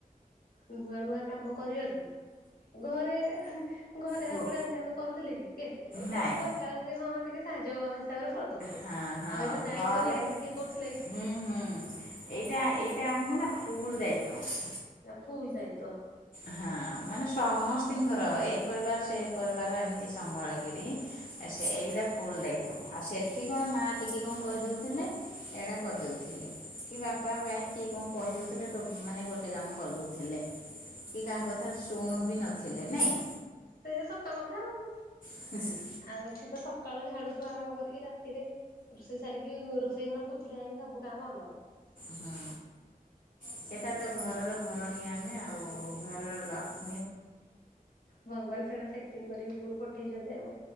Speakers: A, on the left; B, on the left.
A: ନୂଆ ନୂଆ କାମ କରିବାକୁ ଘରେ ହେ ଘରେ
B: ହୁଅ
A: ଆଉ କଣ ଏମତି ଆମେ କରୁଥିଲେ କି କେତେବେଳେ
B: ନାଇଁ
A: କୋଉଟା ଦର କରେ ହଁ ଟିକେ ସାହାଯ୍ୟ ହିସାବରେ କରିଦଉଥିଲେ
B: ହଁ
A: ଆଉ
B: ହଁ
A: ଏବେ ଦାୟିତ୍ୱ
B: ଘରେ
A: ନେଇକିନା କିଏ କରୁଥିଲେ କି?
B: ହୁଁ ହୁଁ। ଏଇଟା ଏଇଟା ଆମକୁ ନା ଫୁଲ ଦାୟିତ୍ୱ।
A: ନା ଫୁଲ ଦାୟିତ୍ଵ।
B: ହଁ ମାନେ ସମସ୍ତିଙ୍କର ଏଇ ପରିବାର ସେ ପରିବାର ଏମିତି ସମ୍ଭାଳିକିରି ଆଛା ସେ ଏଇଗଟା ଫୁଲ ଦାୟିତ୍ୱ ଆଉ ସେଠି କଣ ମା ଟିକେ କଣ କହିଦଉଥିଲେ। ଏଇଡ଼ା କରିଦେଉଥିଲେ। କି ବାପା ଭାଇ କିଏ କଣ କହିଦଉଥିଲେ ମାନେ ଗୋଟେ କାମ କରିଦଉଥିଲେ। କି କାହା କଥା ଶୁଣୁ ବି ନଥିଲେ ନାଇଁ।
A: ସେ ସତ କଥା ଆଉ।
B: ଖୁସି
A: ଆଉ ଏଠି ତ ସକାଳ ଝାଡୁଠୁ ଆରମ୍ଭ କରିକି ରାତିରେ ରୋଷେଇ ସାରିକି ରୋଷେଇ ଘର ପୋଛିଲା ଯାଇକି ସବୁ କାମ ଆମର।
B: ହଁ ସେଟା ତ ଘରର ଘରଣୀ ଆମେ ଆଉ ଘରର ଲ
A: ଭଗବାନ ସେଇଟା ସେଟିଙ୍ଗ କରିକି ଉପରକୁ ପଠେଇଛନ୍ତି ଆଉ।